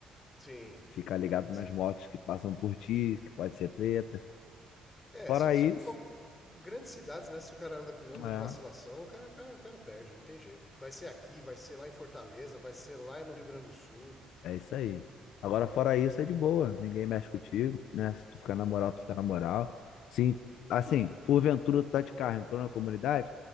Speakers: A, on the left; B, on the left.
A: Sim.
B: ficar ligado
A: Sim.
B: nas motos que passam por ti, que pode ser treta.
A: É,
B: Fora
A: se, se,
B: isso,
A: qual- grandes cidades, né? Se o cara anda, anda
B: é.
A: de vacilação, o cara, o, cara, o cara perde, não tem jeito. Vai ser aqui, vai ser lá em Fortaleza, vai ser lá no Rio Grande do Sul.
B: É isso aí. Agora, fora isso, é de boa. Ninguém mexe contigo, né? Se tu ficar na moral, tu fica na moral. Sim, assim, porventura tu tá de carro, entrou na comunidade,